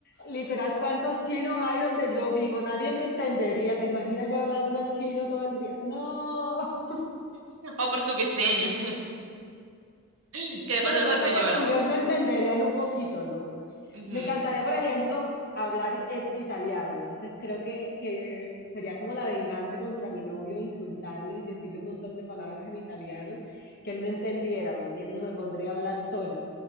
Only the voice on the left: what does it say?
literal, cuántos chinos hay donde yo vivo? Nadie me entendería, ¿te imaginas yo hablando chino todo el día? No,
<laughs>
no, de
pronto
portugués me entenderían un poquito, ¿no?
Me encantaría, por ejemplo, hablar eh, italiano, entonces creo que, que sería como la venganza contra mi novio, insultarlo y decirle un montón de palabras en italiano que él no entendiera, ¿me entiendes? Me pondría a hablar sola.